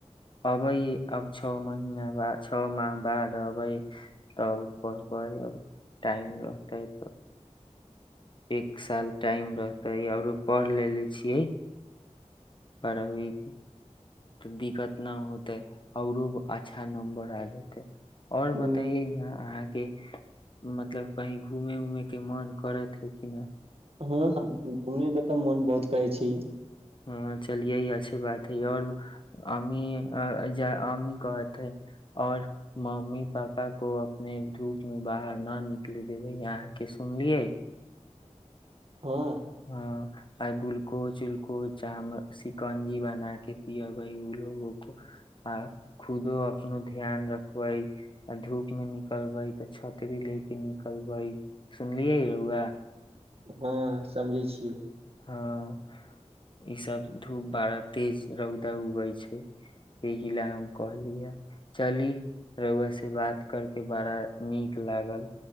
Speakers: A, on the left (about 45°); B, on the right (about 55°).
A: अबै अब छओ महीना बाद छओ माह बाद अबै तब पढ़बै अब टाइम रहतै तऽ एक साल टाइम रहतै आओरो पढ़ लेे छियै बारहवीं तऽ दिक्कत नहि होतै आऔरो अच्छा नम्बर आ जेतै आओर
B: हूँ,
A: बताइए न अहाँ के मतलब कही घूमे उमे के मन करत हे किना
B: हँ घूमय के तऽ मोन बहुत करै छै
A: ह चलिये ई अच्छी बात है और अम्मी अम्मी कहते और मम्मी पापा को अपने धूप मे बाहर न निकल देबै यहाँ के सुनलियै
B: हँ
A: ह आ ग्लुकोज उलकोज चाहे सिकंजी बना के पियबे लो को आ खुदो अपनो ध्यान रखबै आ धूप मे निकलबै तऽ छतरी ले के निकलबै सुनलियै रौआ
B: हँ समझै छियै
A: हँ ई सब धूप बड़ा तेज रौदा उगै छै एहि ले हम कहली हे चली रौआ से बात करके बड़ा नीक लागल